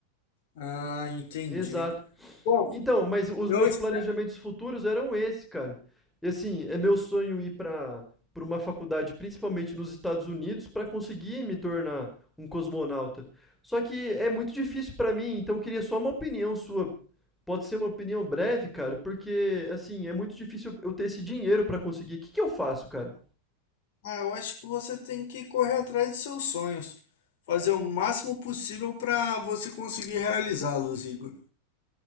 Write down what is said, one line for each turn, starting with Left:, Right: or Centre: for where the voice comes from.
Left: Ah, entendi.
Centre: Exato.
Left: Bom,
Centre: Então, mas os
Left: eu
Centre: meus
Left: espero.
Centre: planejamentos futuros eram esse, cara. E assim, é meu sonho ir para para uma faculdade, principalmente nos Estados Unidos, para conseguir me tornar um cosmonauta. Só que é muito difícil para mim, então eu queria só uma opinião sua. Pode ser uma opinião breve, cara, porque assim, é muito difícil eu ter esse dinheiro para conseguir. O que que eu faço, cara?
Left: Ah, eu acho que você tem que correr atrás dos seus sonhos, fazer o máximo possível para você conseguir realizá-los, Igor.